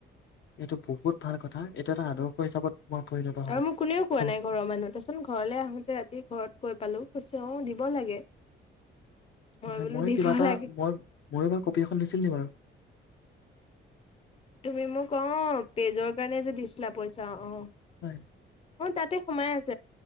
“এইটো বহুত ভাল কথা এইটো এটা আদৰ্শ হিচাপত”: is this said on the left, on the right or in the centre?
Left